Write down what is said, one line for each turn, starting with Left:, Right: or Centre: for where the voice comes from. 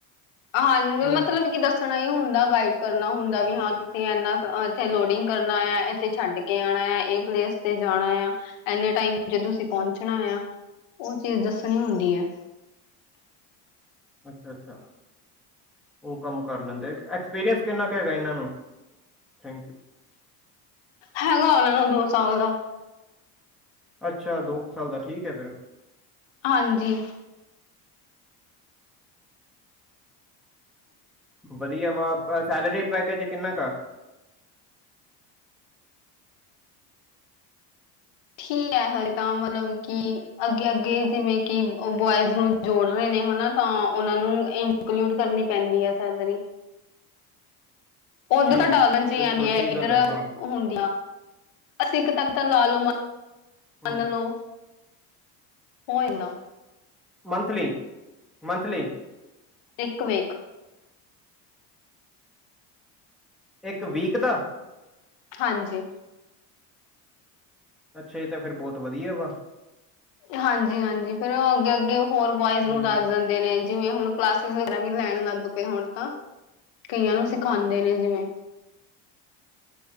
Left: ਹਾਂਨ
Centre: ਹੂੰ।
Left: ਮਤਲਬ ਕੀ ਦੱਸੋ ਦੱਸਣਾ ਹੀ ਹੁੰਦਾ ਗਾਈਡ ਕਰਨਾ ਹੁੰਦਾ ਵੀ ਹਾਂ ਤੁਸੀਂ ਇੰਨਾ ਇੱਥੇ ਲੋਡਿੰਗ ਕਰਨਾ ਹੈ ਇੱਥੇ ਛੱਡ ਕੇ ਕੇ ਆਣੈ ਐ ਇਹ ਪਲੇਸ ਤੇ ਜਾਣਾ ਯਾ ਇਨੇ ਟਾਇਮ ਚ ਤੁਸੀਂ ਪਹੁੰਚਣਾ ਯਾ। ਉਹ ਚੀਜ਼ ਦੱਸਣੀ ਹੁੰਦੀ ਐ।
Centre: ਅੱਛਾ-ਅੱਛਾ। ਉਹ ਕੰਮ ਕਰ ਲੈਂਦੇ ਐਕਸਪੀਰੀਅੰਸ ਕਿੰਨਾ ਕ ਹੈਗਾ ਇਹਨਾਂ ਨੂੰ ਥੈਂਕ ਯੂ।
Left: ਹੈਗਾ ਉਹਨਾਂ ਨੂੰ ਦੋ ਸਾਲ ਦਾ।
Centre: ਅੱਛਾ ਦੋ ਕ ਸਾਲ ਦਾ ਠੀਕ ਐ ਫੇਰ।
Left: ਹਾਂਜੀ।
Centre: ਵਧੀਆ ਵਾ ਸੈਲਰੀ ਪੈਕੇਜ ਕਿੰਨਾ ਕਾ?
Left: ਠੀਕ ਹੈ ਹਲੇ ਤਾਂ ਮਤਲਵ ਕੀ ਅੱਗੇ ਅੱਗੇ ਜਿਵੇਂ ਕਿ ਬੋਆਇਜ਼ ਨੂੰ ਜੋੜ ਰਹੇ ਨੇ ਹਨਾ ਤਾਂ ਉਹਨਾਂ ਨੂੰ ਇਨਕਲੂਡ ਕਰਨੀ ਪੈਂਦੀ ਆ ਸੈਲਰੀ। ਉਧਰ
Centre: ਜੀ
Left: ਡਾਲਣ 'ਚ ਹੀ
Centre: ਬਿਲਕੁਲ
Left: ਆਂਦੀ ਐ
Centre: ਠੀਕ
Left: ਇੱਧਰ
Centre: ਗੱਲ ਆ, ਹਾਂ
Left: ਹੁੰਦੀਆਂ। ਅਸੀਂ ਇੱਕ ਤੱਕ ਤਾਂ ਲਾ ਲੋ ਮੰਨ
Centre: ਹੂੰ।
Left: ਲਓ ਹੋ ਜਾਂਦਾ।
Centre: ਮੰਥਲੀ-ਮੰਥਲੀ।
Left: ਇੱਕ ਵੇਖ।
Centre: ਇੱਕ ਵੀਕ ਦਾ।
Left: ਹਾਂਜੀ।
Centre: ਅੱਛਾ! ਇਹ ਤਾਂ ਫੇਰ ਬਹੁਤ ਵਧੀਆ ਵਾ।
Left: ਹਾਂਜੀ! ਹਾਂਜੀ! ਫਿਰ ਉਹ ਅੱਗੇ ਅੱਗੇ ਹੋਰ ਬੁਆਇਜ਼
Centre: ਹੂੰ
Left: ਨੂੰ ਦੱਸਦਨ। ਦਿੰਦੇ ਨੇ ਜਿਵੇਂ ਹੁਣ ਕਲਾਸਿਸ ਵਗੈਰਾ ਵੀ ਲੈਣ ਲੱਗ ਪਏ ਹੁਣ ਤਾਂ। ਕਈਆਂ ਨੂੰ ਸਿਖਾਂਦੇ ਨੇ ਜਿਵੇਂ।